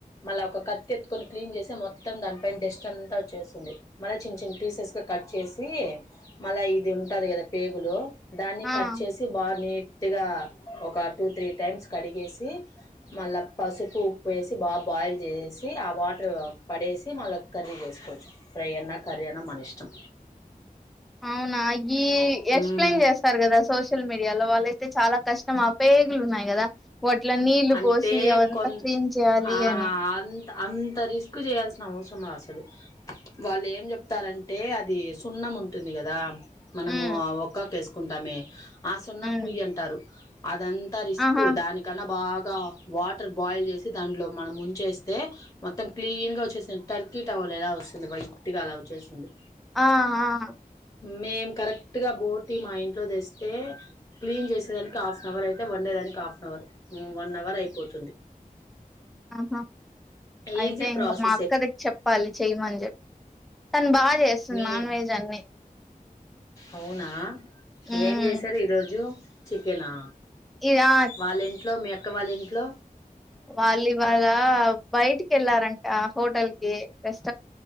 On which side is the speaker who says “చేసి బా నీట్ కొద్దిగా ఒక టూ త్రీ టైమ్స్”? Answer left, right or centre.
Left